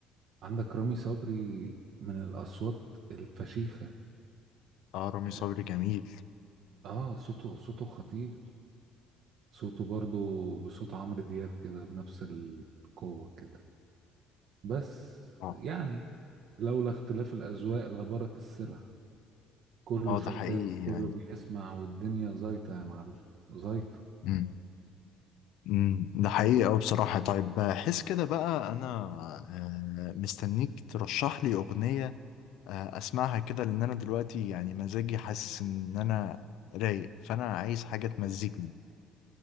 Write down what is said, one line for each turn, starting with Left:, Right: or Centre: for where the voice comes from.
Right: عندك رامي صبري من الاصوات الفشيخة
Left: اه رامي
Right: اه
Left: صبري جميل
Right: آه، صوته صوته خطير صوته برضو بصوت عمرو دياب كده بنفس القوة كده بس
Left: اه
Right: يعني لولا اختلاف الأذواق لبارت السلع كله
Left: اه
Right: شغال
Left: ده حقيقي
Right: كله
Left: يعني
Right: بيسمع والدنيا زيطة يا معلم زيطة
Left: امم امم ده حقيقي أوي بصراحة طيب بحس كده بقى أنا آه، مستنيك ترشح لي أغنية آه، أسمعها كده لأن أنا دلوقتي يعني مزاجي حاسس إن أنا رايق فأنا عايز حاجة تمزجني